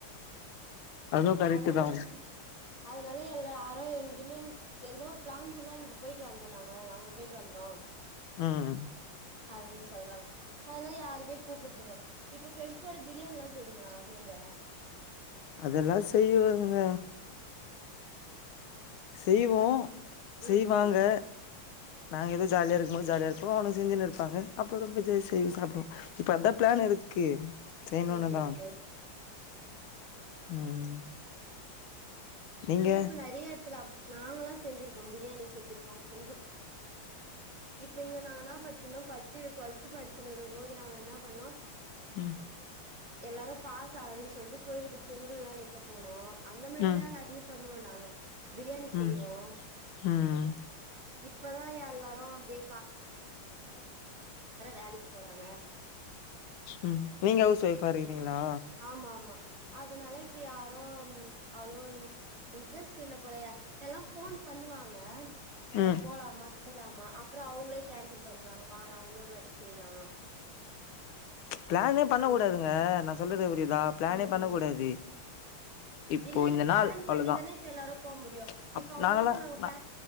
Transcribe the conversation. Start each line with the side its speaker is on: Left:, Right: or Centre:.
Left: அதுவு கரெக்ட்
Right: அதுனலை
Left: தா
Right: அதுனலை தி அல்ல இல்ல யாரோ எங்யுமே எதனோ ஒரு ப்ளான் சொன்னா இங்க போயிட்டு வந்ட்டோ நாங்க அங்க போயிட்டு வந்ட்டோ
Left: ம்
Right: அப்டின்ன சொல்றாங் அதுல்லா யாருய்மே கூப்புடுறதுல்ல இப்ப ப்ரெண்ட்ஸோட பிரியாணில்லா செய்வங்ளா சேந்து
Left: அதெல்லா செய்யவங்க செய்வோ
Right: ம்
Left: செய்வாங்க
Right: ம்
Left: நாங் எது ஜால்யா இருக்கும்மோது ஜால்ய இர்ப்போ அவனுங் செஞ்சுனுருப்பாங்க அப்ப ரொம்போ ஜேசெய் சாப்டுவோ இப்போ அதா ப்ளான் இருக்கு செய்யணுன்னுதா
Right: ஓகே உகே
Left: ம் நீங்க
Right: ஏன்னா இப்ப நெறைய எட்த்துல நாங்களா செஞ்சிருக்கோ அம் பிரியாணி செஞ்சிருக்கோ ஒங்குள் இப்ப இங்க நங்கனா பட்ச்சிருந்தோ பட்ச்சி டுவல்த்து படிச் சினுருக்கும்போது நாங்க என்னா பண்ணோ
Left: ம்
Right: எல்லாரும் பாச ஆகனுன் சொல்ட்டு கோயிலுக்கு பொங்குல்லா வெக்க போனோ அந்த மாதிரிலா
Left: ம்
Right: நறிப் ஆங்க பிரியாணி செய்வோ
Left: ம் ம்
Right: இப்பதா எல்லாரு அப்படியே வேலைக்கு போறாங்க
Left: உம் நீங்க ஹவுஸ் வைஃப்பா இருக்கிறீங்களா
Right: ஆமா ஆமா அதனால இப்ப யாரு அவ்ளோ இன்ட்ரெஸ்ட் இல்ல போலைய எல்லா போன் பண்ணுவாங்க
Left: ம்
Right: போலாமா செய்யலாமா அப்பறம் அவங்களே கேன்சல் பண்ணுர்வாங்க வெண்ணா இன்னொரு வாட்டி செய்லா
Left: பிளானே பண்ண
Right: அந்
Left: கூடாதுங்க ந சொல்லது ரியுதா இதா பிளானே
Right: ம்
Left: பண்ண
Right: ம்
Left: கூடாது இப்போ
Right: இல்ல இல்ல
Left: இந்த
Right: பிளான்
Left: நாள்
Right: பண்ணிதானே
Left: அவ்ளோ தான்
Right: இப்ப எல்லாரு போ முடியு
Left: ச அப்டின்னா
Right: இப்ப அவங்க என்ன
Left: நா
Right: பண்ணுவாங்க பிளா
Left: நா